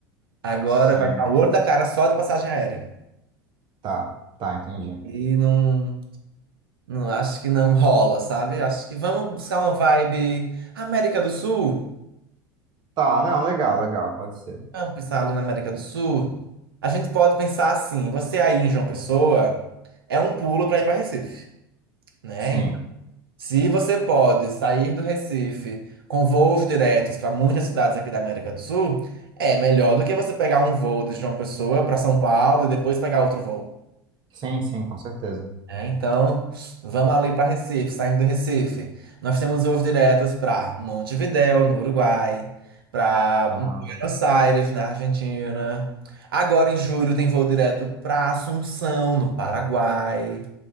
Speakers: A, on the right; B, on the right.
A: Agora
B: sim,
A: vai estar o olho da cara só de passagem aérea.
B: tá, tá, entendi.
A: E não, não acho que não rola, sabe? Acho que vamos buscar uma vibe América do Sul.
B: Tá, não, legal, legal, pode ser.
A: Vamos pensar ali na América do Sul. A gente pode pensar assim, você aí em João Pessoa é um pulo para ir para Recife, né?
B: Sim,
A: Se você pode sair do Recife com voos diretos para muitas cidades aqui da América do Sul, é melhor do que você pegar um voo de João Pessoa para São Paulo e depois pegar outro voo.
B: sim, sim, com certeza.
A: É, então, vamos ali para Recife, saindo do Recife. Nós temos voos diretos para Montevidéu, no Uruguai, para
B: Aham,
A: Buenos Aires, na Argentina. Agora, em julho, tem voo direto para Assunção, no Paraguai.